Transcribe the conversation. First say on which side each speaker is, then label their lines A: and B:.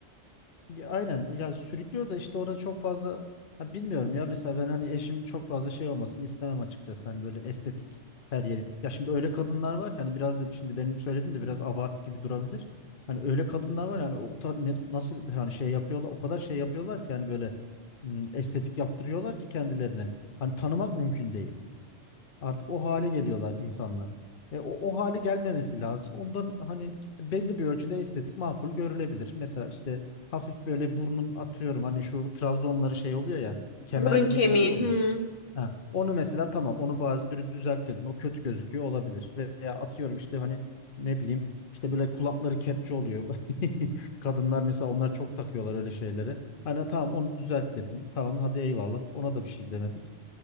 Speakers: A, on the left (about 50°); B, on the left (about 75°).
A: Ya aynen ya sürüklüyor da işte ona çok fazla ha bilmiyorum ya mesela ben hani eşimin çok fazla şey olmasını istemem açıkçası hani böyle estetik her yeri. Ya şimdi öyle kadınlar var ki hani biraz da şimdi benim söylediğim de biraz abartı gibi durabilir. Hani öyle kadınlar var yani o kadar ne- nasıl hani şey yapıyorlar o kadar şey yapıyorlar ki yani böyle m, estetik yaptırıyorlar ki kendilerine. Hani tanımak mümkün değil. Artık o hale geliyorlar insanlar. Ve o, o hale gelmemesi lazım. Ondan hani belli bir ölçüde estetik makul görülebilir. Mesela işte hafif böyle burnun atıyorum hani şu Trabzonların şey oluyor ya kemerli
B: Burun kemiği.
A: gibi oluyor
B: Hmm.
A: ya. Ha, onu mesela tamam onu bazı dü- düzelt dedin o kötü gözüküyor olabilir. Veya atıyorum işte hani ne bileyim işte böyle kulakları kepçe oluyor. <laughs> Kadınlar mesela onlar çok takıyorlar öyle şeyleri. Hani tamam onu düzelt dedin. Tamam hadi eyvallah. Ona da bir şey demedik.